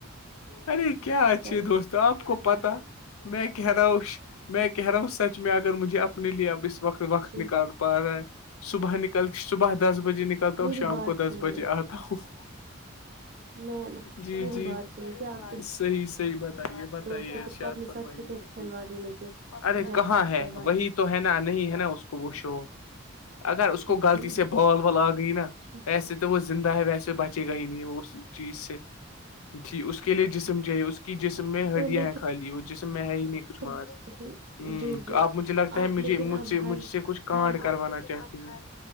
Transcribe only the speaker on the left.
ارے کیا اچھیے
دوست تو آپ کو پتا میں کہہ رہا ہوں میں کہہ رہا ہوں سچ میں اگر مجھے اپنے لیے اب اس وقت وقت
نکال پا رہا ہے صبح نکل صبح دس بجے نک کرتا
ہوں شام
کو دس
بجے آتا ہوں
جی
جی
صحیح صحیح بتائیے بتائیے
ارشاد
فرمائیے
ارے
کہاں
ہے
وہی تو ہے نا نہیں ہے نا اس کو وہ شو اگر اس کو غلطی
سے بال و آ گئی نا
ایسے تو وہ زندہ ہے ویسے بچے گا ہی نہیں وہ اس چیز سے جی اس کے لیے جسم جو ہے اس کی جسم میں
ہڈیاں
ہیں خالی وہ جسم میں ہے ہی نہیں کچھ ماس
ہ
آپ مجھے لگتا ہے
مجھے
مجھ
سے مجھ
سے کچھ کانڈ
کروانا کہتی ہیں